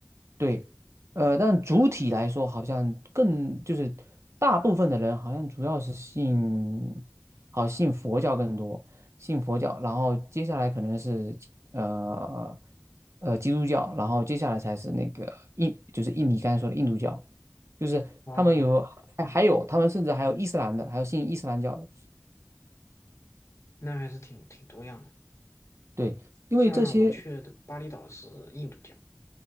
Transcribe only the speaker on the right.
对，呃，但主体来说，好像更就是大部分的人好像主要是信，好信佛教更多，信佛教，然后接下来可能是呃呃基督教，然后接下来才是那个印，就是印尼刚才说的印度教，就是他们有还还有他们甚至还有伊斯兰的，
还有信伊斯兰教的，
对，因为这些。